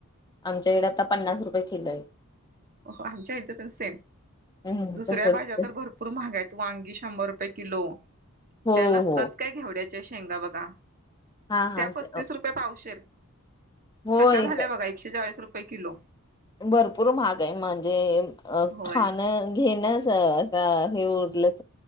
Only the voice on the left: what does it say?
आमच्याकडे आता पन्नास रुपये किलो आहे.
हम्म
तसच
ते
हो
हो
हा हा
स
होय
भर पूर महाग म्हणजे
खा, घेन, च आता हे उरलं च ना